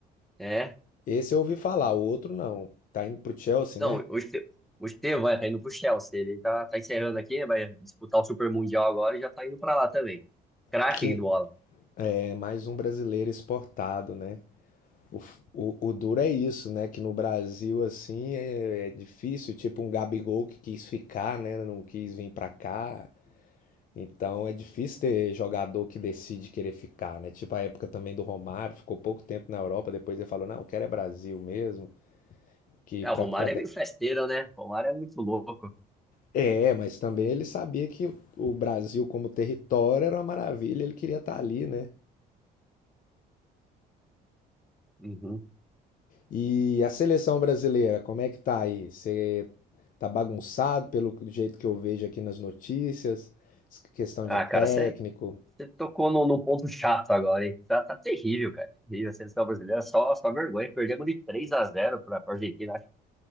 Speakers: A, in the centre; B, on the left.
A: É,
B: esse eu ouvi falar, o outro não. Tá indo pro Chelsea,
A: Não,
B: né?
A: o Este- o Estevão vai tá indo pro Chelsea. Ele tá, tá encerrando aqui, né? Vai disputar o Super Mundial agora e já tá indo pra lá também. Craque
B: Que
A: de bola.
B: é mais um brasileiro exportado, né? O, f- o, o duro é isso, né? Que no Brasil, assim, é, é difícil. Tipo um Gabigol que quis ficar, né? Não quis vir pra cá. Então é difícil ter jogador que decide querer ficar, né? Tipo a época também do Romário, ficou pouco tempo na Europa, depois ele falou, não, eu quero é Brasil mesmo. Que
A: É,
B: pra,
A: o Romário
B: pra... da-
A: é meio festeiro, né? O Romário é muito louco.
B: É, mas também ele sabia que o, o Brasil como território era uma maravilha, ele queria estar ali, né?
A: Uhum.
B: E a seleção brasileira, como é que tá aí? Você tá bagunçado pelo jeito que eu vejo aqui nas notícias? Questão
A: Ah,
B: de técnico.
A: cara, você tocou num num ponto chato agora, hein? Tá, tá terrível, cara. Terrível. A seleção brasileira só, só vergonha. Perdemos de 3 a zero pra, pra Argentina, acho.